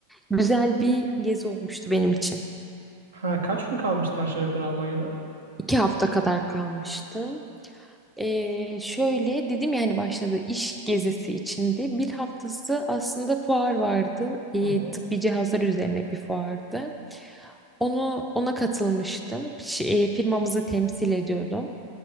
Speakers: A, in the centre; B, on the right.
A: Güzel bir gezi olmuştu benim için.
B: Ha, kaç gün kalmıştın aşağı yukarı Almanya'da?
A: İki hafta kadar kalmıştım. Ee, şöyle dedim ya hani başladı iş gezisi içinde. Bir haftası aslında fuar vardı. Ee,
B: Hı hı.
A: tıbbi cihazlar üzerine bir fuardı. Onu ona katılmıştım. Ş- e, firmamızı temsil ediyordum.